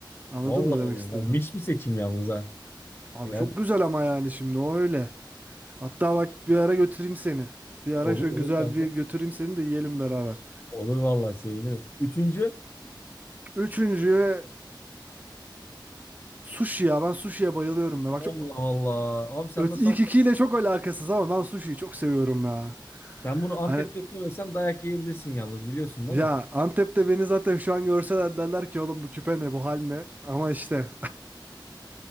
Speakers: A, on the right; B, on the left.
A: Anladın
B: Allah
A: mı
B: Allah.
A: demek istediğimi?
B: Ay, Niş bir seçim yalnız ha.
A: Abi
B: Yani
A: çok güzel ama yani şimdi o öyle. Hatta bak bir ara götüreyim seni. Bir ara
B: olur
A: şöyle
B: olur
A: güzel
B: kanka.
A: bir götüreyim seni de yiyelim beraber.
B: Olur vallahi sevinirim. Üçüncü.
A: Üçüncü sushi ya. Ben sushi'ye bayılıyorum ya. Bak
B: Allah
A: çok,
B: Allah. Abi sen
A: Ö-
B: nasıl
A: ilk
B: Antep?
A: ikiyle çok alakasız ama ben sushi'yi çok seviyorum ya.
B: Ben bunu Antep'te
A: Hani
B: söylesem dayak yiyebilirsin yalnız biliyorsun değil
A: ya
B: mi?
A: Antep'te beni zaten şu an görseler derler ki oğlum bu küpe ne bu hal ne? Ama işte